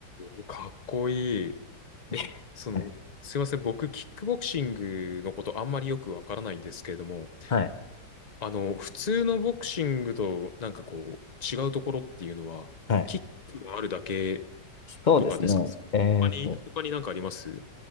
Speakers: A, on the left; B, on the left.
A: おかっこいい。
B: <laughs>
A: え、その、
B: はい。
A: すいません、僕、キックボクシングのことあんまりよくわからないんですけれども、
B: はい。
A: あの、普通のボクシングとなんかこう、違うところっていうのは、
B: はい
A: キックがあるだけ
B: そうですね。
A: とかですか他に、
B: えっと、
A: 他になんかあります